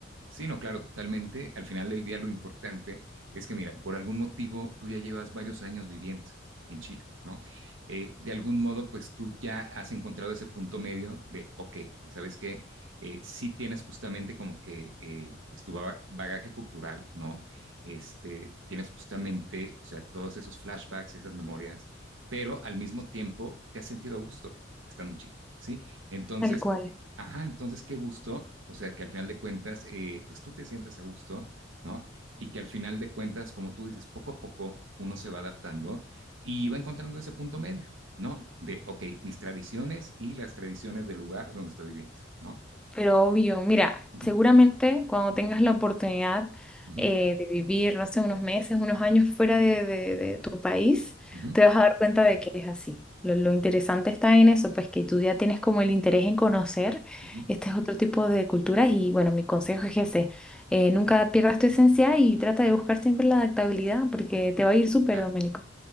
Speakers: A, on the right (about 85°); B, in the centre.
A: Sí, no, claro, totalmente. Al final del día lo importante es que, mira, por algún motivo tú ya llevas varios años viviendo en Chile, ¿no? Eh, de algún modo, pues tú ya has encontrado ese punto medio de, ok, ¿sabes qué? Eh, sí tienes justamente como que, eh, pues tu ba- bagaje cultural, ¿no? Este, tienes justamente, o sea, todos esos flashbacks, esas memorias, pero al mismo tiempo te has sentido a gusto estando en Chile, ¿sí? Entonces,
B: Tal cual,
A: Ajá, entonces qué gusto, o sea, que al final de cuentas, eh, pues tú te sientas a gusto, ¿no? Y que al final de cuentas, como tú dices, poco a poco uno se va adaptando y va encontrando ese punto medio, ¿no? De, ok, mis tradiciones y las tradiciones del lugar donde estoy viviendo, ¿no?
B: pero obvio, mira,
A: Ujú,
B: seguramente cuando tengas la oportunidad
A: ujú,
B: eh, de vivir, no sé, unos meses, unos años fuera de, de- de tu país,
A: ujú,
B: te vas a dar cuenta de que es así. Lo, lo interesante está en eso, pues que tú ya tienes como el interés en conocer
A: ujú.
B: este es otro tipo de culturas y bueno, mi consejo es ese, eh, nunca pierdas tu esencia y trata de buscar siempre la adaptabilidad porque te va a ir súper,
A: Claro,
B: Domenico.